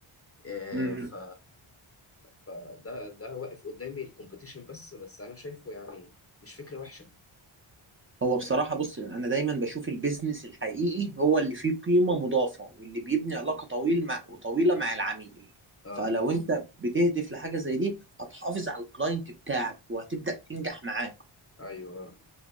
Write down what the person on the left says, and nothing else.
آه،
ف فده ده واقف قدامي الكومبيتيشن بس بس انا شايفه يعني مش فكرة وحشة
فاهم؟
اه
ايوه آه.